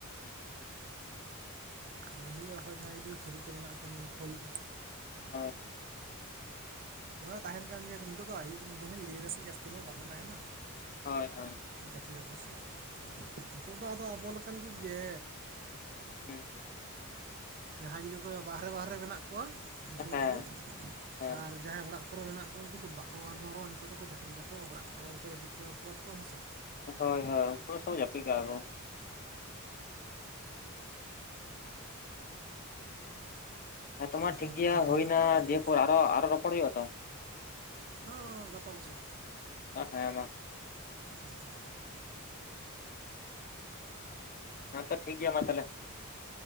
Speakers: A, on the right; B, on the left.
A: ᱧᱮᱞ ᱦᱩᱭᱩᱜᱼᱟ ᱦᱚᱲ ᱡᱟᱦᱟᱸᱭ ᱡᱩᱫᱤ ᱯᱷᱨᱤ ᱠᱚ ᱢᱮᱱᱟᱜ ᱠᱚ ᱠᱷᱟᱱ ᱧᱮᱞ ᱠᱚ ᱦᱩᱭᱩᱜᱼᱟ᱾
B: ᱦᱳᱭ
A: ᱛᱟᱦᱮᱱ ᱠᱟᱱ ᱜᱮᱭᱟ ᱱᱤᱛᱚᱜ ᱫᱚ ᱟᱭᱩᱵ ᱧᱤᱫᱟᱹ ᱦᱚ ᱧᱤᱫᱟᱹᱭᱮᱱᱟ ᱥᱮ ᱡᱟᱹᱥᱛᱤ ᱦᱚᱲ ᱵᱟᱠᱚ ᱛᱟᱦᱮᱱᱟ
B: ᱦᱳᱭ ᱦᱳᱭ
A: ᱡᱟᱹᱯᱤᱫᱟᱠᱚ ᱥᱮ ᱱᱤᱛᱚᱜ ᱫᱚ ᱟᱫᱚ ᱟᱵᱚ ᱞᱮᱠᱟᱱ ᱠᱚᱜᱮ
B: ᱦᱩᱸ
A: ᱡᱟᱦᱟᱸᱭ ᱡᱩᱫᱤ ᱠᱚ ᱵᱟᱦᱨᱮ ᱵᱟᱦᱨᱮ ᱢᱮᱱᱟᱜ ᱠᱚᱣᱟ ᱩᱱᱠᱩ
B: ᱦᱮᱸ
A: ᱠᱚᱜᱮ
B: ᱦᱮᱸ
A: ᱟᱨ ᱡᱟᱦᱟᱸᱭ ᱚᱲᱟᱜ ᱠᱚᱼᱼ ᱠᱚᱨᱮ ᱢᱮᱱᱟᱜ ᱠᱚᱣᱟ ᱩᱱᱠᱩ ᱫᱚ ᱵᱟᱠᱚ ᱜᱟᱞᱢᱟᱨᱟᱣᱟ ᱱᱤᱛᱚᱜ ᱫᱚᱠᱚ ᱡᱟᱯᱤᱫ ᱟᱠᱚ ᱚᱲᱟᱜ ᱠᱚᱨᱮ ᱦᱚᱲ ᱠᱚ ᱡᱟᱯᱤᱫ ᱦᱚᱪᱚ ᱟᱠᱚᱣᱟ ᱠᱚ ᱦᱮᱸ ᱥᱮ
B: ᱦᱳᱭ ᱦᱳᱭ ᱩᱱ ᱠᱚᱥᱚᱵ ᱡᱟᱹᱯᱤᱫ ᱠᱟᱜ ᱠᱚ᱾ ᱦᱮᱸ ᱛᱚ ᱢᱟ
A: ᱡᱟᱦᱟᱸᱭ
B: ᱴᱷᱤᱠ
A: ᱡᱩᱫᱤ
B: ᱜᱮᱭᱟ
A: ᱵᱟᱦᱨᱮ
B: ᱦᱩᱭᱱᱟ
A: ᱠᱚ ᱛᱟᱦᱮᱱᱟ
B: ᱫᱤᱭᱮ ᱯᱚᱨ ᱟᱨᱚ ᱟᱨᱚ ᱨᱚᱯᱚᱲ ᱦᱩᱭᱩᱜ-ᱟ ᱛᱚ
A: ᱦᱳ ᱜᱟᱯᱟ ᱠᱚᱥᱮᱫ
B: ᱦᱮᱸ ᱢᱟ
A: ᱦᱮᱸ
B: ᱦᱮᱸᱛᱚ ᱴᱷᱤᱠ ᱜᱮᱭᱟ ᱢᱟ ᱛᱟᱦᱞᱮ